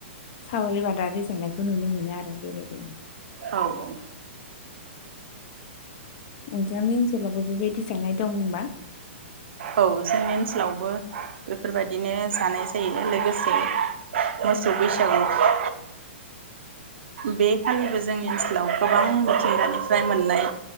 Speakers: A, on the left; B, on the right.
A: सावरि बादारि जानाय खौ नुनो मोनो आरो बेबायदिनो
B: औ औ।
A: नोंथांनि ओनसोलावबो बेबायदि जानाय दंबा
B: औ जोंनि ओनसोलावबो बेफोरबायदिनो जानाय जायो लोगोसे मोसौ बैसागु बे खालिबो जोंनि ओनसोलाव गोबां मिथिंगानिफ्राय मोननाय